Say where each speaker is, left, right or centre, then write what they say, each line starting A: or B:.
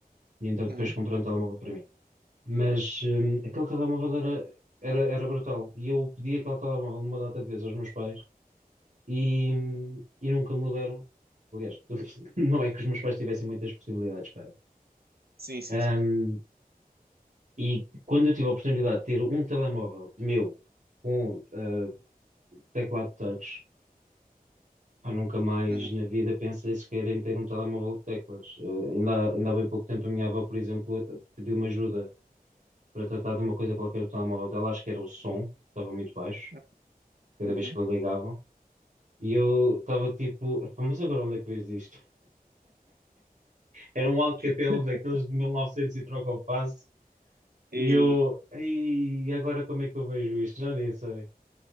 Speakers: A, on the right; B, on the right.
A: e então depois
B: Uhum.
A: comprei um telemóvel para mim. Mas ahm, aquele telemóvel era, era, era brutal. E eu pedi aquele telemóvel uma data de vezes aos meus pais e, e nunca me deram. Aliás, <laughs> não é que os meus pais tivessem muitas possibilidades para.
B: Sim, sim,
A: Ahm,
B: sim.
A: e quando eu tive a oportunidade de ter um telemóvel meu com ah, teclado touch, eu nunca mais
B: Uhum.
A: na vida pensei sequer em ter um telemóvel de teclas. Ah, ainda, há- ainda há bem pouco tempo a minha avó, por exemplo, eh, pediu-me ajuda para tratar de uma coisa qualquer do telemóvel dela. Acho que era o som, estava muito baixo,
B: Uhum.
A: cada
B: Uhum.
A: vez que ligavam. E eu estava tipo, "Epá, mas agora onde é que vejo isto? Era um Alcatel
B: <laughs>
A: daqueles de 1900 e novecentos e troca o passo. E
B: E...
A: eu, e agora como é que eu vejo isto? Já nem sei.